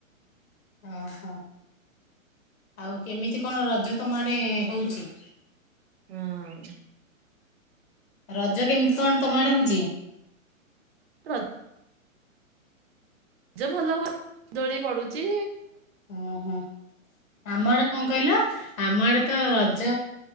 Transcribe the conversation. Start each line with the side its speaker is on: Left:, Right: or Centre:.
Left: ଅଁ ହଁ ଆଉ କେମିତି କଣ ରଜ ତମ ଆଡ଼େ ହୋଉଚି?
Right: ଉଁ
Left: ରଜ କେମିତି କଣ ତମ ଆଡ଼େ ହୋଉଚି?
Right: ର ଜ ଭଲ ହୁଏ ଦୋଳି ପଡୁଚି।
Left: ଉଁ ହୁଁ। ଆମ ଆଡ଼େ କଁ କହିଲ ଆମ ଆଡ଼େ ତ ରଜ